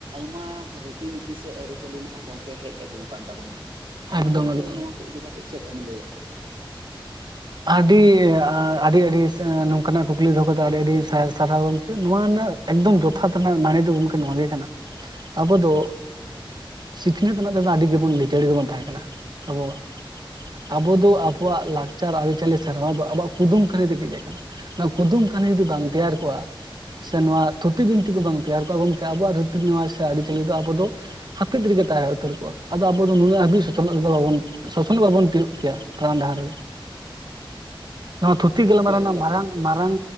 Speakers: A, on the right (about 75°); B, on the right (about 50°).
A: ᱢᱟ ᱨᱤᱛᱤ-ᱱᱤᱛᱤ ᱥᱮ ᱟᱹᱨᱤᱪᱟᱹᱞᱤ ᱱᱟᱦᱟᱜ ᱜᱚᱝᱠᱮ ᱦᱮᱡ ᱟᱹᱜᱩᱣ ᱠᱟᱱ ᱛᱟᱵᱚᱱᱟ᱾ ᱟᱢ
B: ᱮᱠᱫᱚᱢ
A: ᱜᱚᱢᱠᱮ
B: ᱮᱠᱫᱚᱢ
A: ᱱᱚᱣᱟ ᱠᱚ ᱤᱫᱤ ᱠᱟᱛᱮᱫ ᱪᱮᱫ ᱮᱢ ᱞᱟᱹᱭᱟ?
B: ᱟᱹᱰᱤ ᱟ ᱟᱹᱰᱤ ᱟᱹᱰᱤ ᱱᱚᱝᱠᱟᱱᱟᱜ ᱠᱩᱠᱞᱤ ᱫᱚᱦᱚ ᱠᱟᱛᱮᱫ ᱟᱹᱰᱤ ᱟᱹᱰᱤ ᱥᱟᱭ ᱥᱟᱨᱦᱟᱣ ᱜᱚᱢᱠᱮ᱾ ᱱᱚᱣᱟ ᱨᱮᱱᱟᱜ ᱮᱠᱫᱚᱢ ᱡᱚᱛᱷᱟᱛ ᱨᱮᱱᱟᱜ ᱢᱟᱱᱮ ᱫᱚ ᱜᱚᱢᱠᱮ ᱱᱚᱣᱟ ᱜᱮ ᱠᱟᱱᱟ᱾ ᱟᱵᱚ ᱫᱚ ᱥᱤᱠᱷᱱᱟᱹᱛ ᱨᱮᱱᱟᱜ ᱛᱮᱫᱚ ᱟᱹᱰᱤ ᱜᱮᱵᱚᱱ ᱞᱤᱪᱟᱹᱲ ᱜᱮᱵᱚᱱ ᱛᱟᱦᱮᱸ ᱠᱟᱱᱟ᱾ ᱟᱵᱚᱭᱟᱜ ᱟᱵᱚ ᱫᱚ ᱟᱵᱚᱣᱟᱜ ᱞᱟᱠᱪᱟᱨ ᱟᱹᱨᱤᱪᱟᱹᱞᱤ ᱥᱮᱨᱣᱟ ᱫᱚ ᱟᱵᱚᱣᱟᱜ ᱠᱩᱫᱩᱢ ᱠᱟᱹᱦᱱᱤ ᱛᱮᱜ ᱦᱮᱡ ᱟᱠᱟᱱᱟ᱾ ᱱᱚᱣᱟ ᱠᱩᱫᱩᱢ ᱠᱟᱹᱦᱱᱤ ᱡᱩᱫᱤ ᱵᱟᱝ ᱛᱮᱭᱟᱨ ᱠᱚᱜᱼᱟ ᱥᱮ ᱱᱚᱣᱟ ᱛᱷᱩᱛᱤ ᱵᱤᱱᱛᱤ ᱠᱚ ᱵᱟᱝ ᱛᱮᱭᱟᱨ ᱠᱚᱜ-ᱟ ᱜᱚᱢᱠᱮ ᱟᱵᱚᱣᱟᱜ ᱨᱤᱛᱤ ᱱᱮᱣᱟᱡ ᱥᱮ ᱟᱹᱨᱤᱪᱟᱹᱞᱤ ᱫᱚ ᱟᱵᱚ ᱫᱚ ᱦᱟᱹᱯᱤᱫ ᱨᱮᱜᱮ ᱛᱟᱦᱮᱸ ᱩᱛᱟᱹᱨ ᱠᱚᱜ-ᱟ᱾ ᱟᱫᱚ ᱟᱵᱚ ᱫᱚ ᱱᱩᱱᱟᱹᱜ ᱦᱟᱹᱵᱤᱡ ᱥᱚᱥᱱᱚᱜ ᱨᱮᱫᱚ ᱵᱟᱵᱚᱱ ᱥᱟᱥᱚᱱᱚᱜ ᱵᱟᱵᱟᱱ ᱛᱤᱭᱳᱜ ᱠᱮᱭᱟ᱾ ᱛᱟᱲᱟᱢ ᱰᱟᱦᱟᱨ ᱨᱮ᱾ ᱱᱚᱣᱟ ᱛᱷᱩᱛᱤ ᱜᱟᱞᱢᱟᱨᱟᱣ
A: ᱦᱳᱭ
B: ᱨᱮᱱᱟᱜ
A: ᱜᱚᱢᱠᱮ
B: ᱢᱟᱨᱟᱝ ᱢᱟᱨᱟᱝ